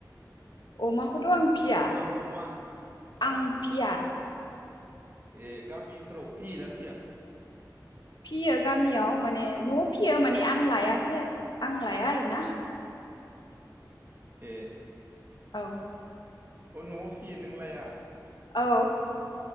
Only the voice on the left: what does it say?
अमाखौथ' आं फिया
आं फिया
फियो गामियाव माने न'आव फियो माने आं लायाखै आं लाया आरोना
औ
औ